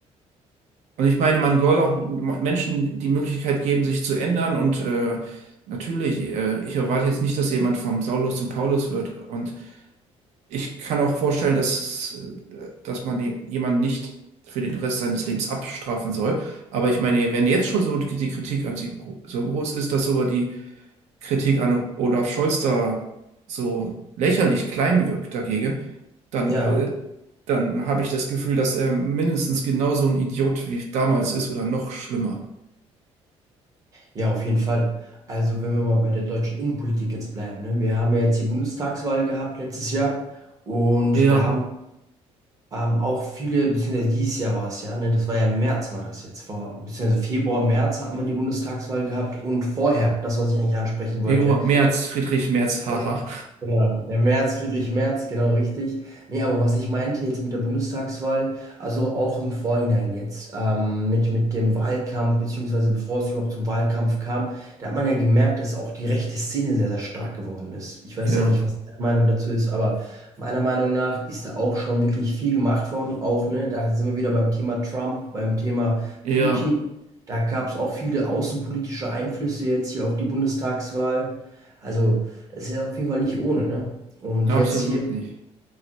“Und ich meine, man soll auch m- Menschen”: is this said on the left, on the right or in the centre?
Right